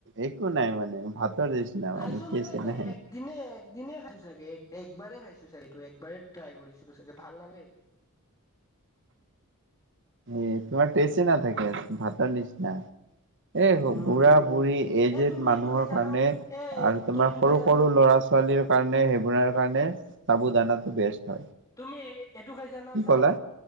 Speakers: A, on the right; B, on the left.
A: একো নাই মানে ভাতৰ নিচিনা
B: খাইছো
A: টেষ্টে
B: মানে
A: নাহে
B: এক
A: এ
B: দিনে এক দিনে খাইছো চাগে এক একবাৰেই খাইছো ছো চাগে সেইটো একবাৰেই ট্ৰাই কৰিছিলোঁ চাগে ভাল নালাগে।
A: এ তোমাৰ টেষ্টে নাথাকে ভাতৰ নিচিনা। এই
B: উম
A: বুঢ়া
B: উম
A: - বুঢ়ী এইজ
B: এ
A: এড
B: তুমি
A: মানুহৰ
B: এইটো খাইছা
A: কাৰণে
B: ন এ
A: আৰু তোমাৰ
B: তুমি এইটো
A: সৰু
B: খাইছা
A: - সৰু
B: ন
A: ল'ৰা - ছোৱালীৰ কাৰণে সেইবোৰৰ কাৰণে চাবু দানাটো বেষ্ট হয়।
B: তুমি এ এ এইটো খাইছা ন
A: কি
B: চাল
A: ক'লা?